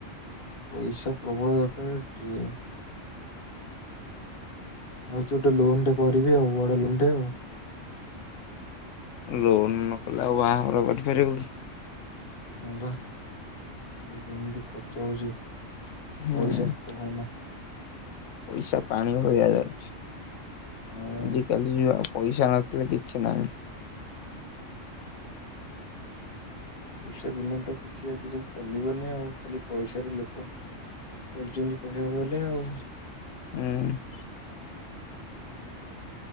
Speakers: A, on the left; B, on the left.
A: ପଇସା ପ୍ରବଳ ଦରକାରେ ଟ୍ରେ ମୁଁ ଭାବୁଚି ଗୋଟେ ଲୋନ୍ ଟେ କରିବି ଆଉ ବଡ଼ ଲୋନ୍ ଟେ ଆଉ।
B: ଲୋନ୍ ନ କଲେ ଆଉ ବାହାଘର କରିପାରିବୁ?
A: ହଁ ପା ଏଇ ଯେମିତି ଖର୍ଚ୍ଚ ହଉଚି
B: ହୁଁ
A: ପଇସା କହ ନା।
B: ପଇସା ପାଣି ଭଳିଆ ଯାଉଚି
A: ହଁ
B: ଆଜିିକାଲ୍ ଇଆ ପଇସା ନଥିଲେ କିଛି ନାହିଁ।
A: ପଇସା ବିନା ତ କିଛି ଆଜିକାଲି ଚାଲିବନି ଆଉ ଖାଲି ପଇସାରେ ଲୋକ ଚାଲୁଚନ୍ତି କହିବାକୁ ଗଲେ ଆଉ।
B: ଉଁ।
A: ହୁଁ।